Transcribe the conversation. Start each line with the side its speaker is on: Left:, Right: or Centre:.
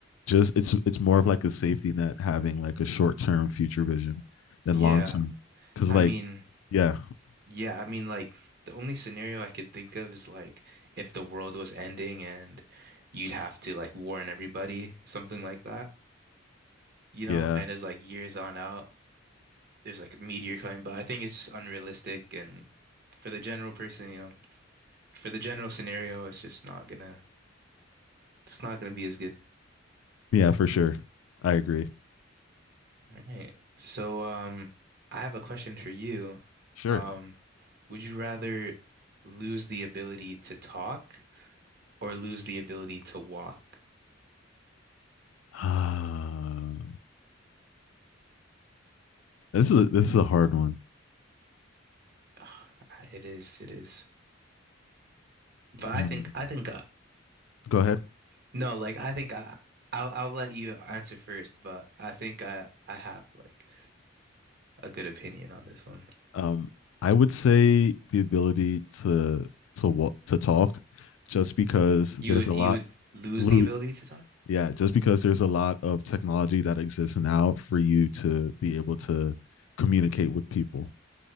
Left: just it's it's more of like a safety net having like a short term future vision than
Right: Yeah.
Left: long term because
Right: I
Left: like
Right: mean,
Left: yeah
Right: yeah, I mean like the only scenario I could think of is like if the world was ending and you'd have to like warn everybody, something like that, you know,
Left: yeah
Right: and as like years on out, there's like a meteor coming, but I think it's just unrealistic and for the general person, you know, for the general scenario, it's just not gonna it's not gonna be as good.
Left: yeah for sure i agree
Right: All right. So um I have a question for you.
Left: sure
Right: Um
Left: <sighs>
Right: Would you rather lose the ability to talk or lose the ability to walk?
Left: Uh, this is this is a hard one
Right: Ugh, It is, it is. But I
Left: Hmm.
Right: think, I think, uh,
Left: go ahead
Right: no, like I think I, I'll, I'll let you answer first. But I think I, I have like a good opinion on this one.
Left: Um, I would say the ability to to wa- to talk, just because
Right: You
Left: there's
Right: would,
Left: a
Right: you
Left: lot
Right: would lose
Left: loot.
Right: the ability to talk?
Left: Yeah, just because there's a lot of technology that exists now for you to be able to communicate with people,